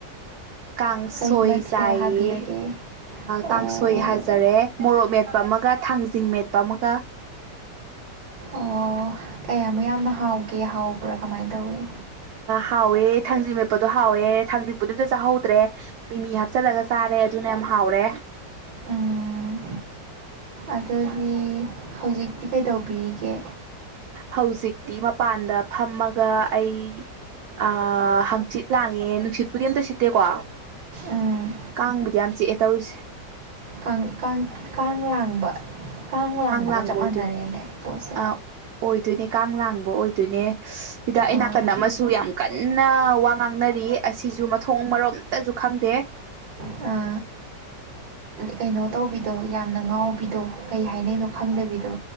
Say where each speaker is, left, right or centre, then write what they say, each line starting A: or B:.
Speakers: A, on the right; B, on the right.
A: ꯀꯥꯡꯁꯣꯏ
B: ꯀꯔꯤ ꯃꯊꯦꯜ
A: ꯆꯥꯏꯌꯦ
B: ꯍꯥꯕꯤꯔꯒꯦ ꯑꯣ
A: ꯀꯥꯡꯁꯣꯏ ꯍꯥꯏꯖꯔꯦ ꯃꯣꯔꯣꯛ ꯃꯦꯠꯄ ꯑꯃꯒ ꯊꯥꯡꯖꯤꯡ ꯃꯦꯠꯄ ꯑꯃꯒ
B: ꯑꯣ ꯀꯌꯥꯃꯨ ꯌꯥꯝꯅ ꯍꯥꯎꯒꯦ ꯍꯥꯎꯕ꯭ꯔꯥ ꯀꯃꯥꯏꯅ ꯇꯧꯏ
A: ꯍꯥꯎꯋꯦ ꯊꯥꯡꯖꯤꯡ ꯃꯦꯞꯄꯗꯣ ꯍꯥꯎꯋꯦ ꯊꯥꯡꯖꯤꯡꯕꯨꯗꯤ ꯑꯝꯇ ꯆꯥꯍꯧꯗ꯭ꯔꯦ ꯃꯤꯃꯤ ꯍꯥꯞꯆꯤꯜꯂꯒ ꯆꯥꯔꯦ ꯑꯗꯨ ꯌꯥꯝ ꯍꯥꯎꯔꯦ
B: ꯎꯝ ꯑꯗꯨꯗꯤ ꯍꯧꯖꯤꯛꯇꯤ ꯀꯩꯗꯧꯕꯤꯔꯤꯒꯦ
A: ꯍꯧꯖꯤꯛꯇꯤ ꯃꯄꯥꯟꯗ ꯐꯝꯃꯒ ꯑꯩ ꯑ ꯍꯪꯆꯤꯠ ꯂꯥꯡꯉꯦ ꯅꯨꯡꯁꯤꯠꯄꯨꯗꯤ ꯑꯃꯝꯇ ꯁꯤꯠꯇꯦꯀꯣ
B: ꯎꯝ
A: ꯀꯥꯡꯕꯨꯗꯤ ꯌꯥꯝ ꯆꯤꯛꯑꯦ ꯇꯧꯔꯤꯁꯦ
B: ꯀꯥꯡ ꯀꯥꯡ ꯀꯥꯡ ꯂꯥꯡꯕ ꯀꯥꯡ ꯂꯥꯡꯕꯒ
A: ꯂꯥꯡꯕ
B: ꯆꯞ
A: ꯑꯣꯏꯗꯣꯏ
B: ꯃꯥꯟꯅꯔꯦꯅꯦ ꯄꯣꯠꯁꯦ
A: ꯑꯣꯏꯗꯣꯏꯅꯦ ꯀꯥꯡ ꯂꯥꯡꯕ ꯑꯣꯏꯗꯣꯏꯅꯦ ꯁꯤꯤꯗ ꯑꯩ
B: ꯑꯥ
A: ꯅꯥꯀꯟ ꯑꯃꯁꯨ ꯁꯨ ꯌꯥꯝ ꯀꯟꯅ ꯋꯥ ꯉꯥꯡꯅꯔꯤ ꯑꯁꯤꯁꯨ ꯃꯊꯣꯡ ꯃꯔꯣꯝꯇꯁꯨ ꯈꯪꯗꯦ
B: ꯑ
A: <unintelligible> <inaudible>
B: ꯀꯩꯅꯣ ꯇꯧꯕꯤꯗꯣ ꯌꯥꯝꯅ ꯉꯥꯎꯕꯤꯗꯣ ꯀꯩ ꯍꯥꯏꯅꯩꯅꯣ ꯈꯪꯗꯕꯤꯗꯣ